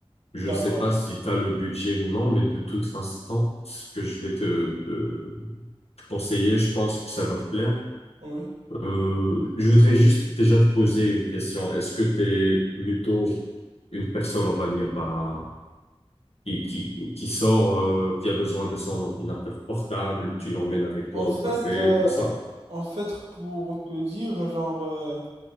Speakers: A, on the left; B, on the right.
A: Je
B: d'accord,
A: sais pas si tu as le budget ou non, mais de toute façon, ce que je vais te, te conseiller, je pense que ça va te plaire.
B: oui.
A: Euh, je voudrais juste déjà te poser une question. Est-ce que tu es plutôt une personne, on va dire, bah, qui, qui, qui sort, euh, qui a besoin de son ordinateur portable, tu l'emmènes avec toi
B: En fait,
A: au café,
B: euh,
A: tout ça.
B: en fait, pour te dire, genre, euh,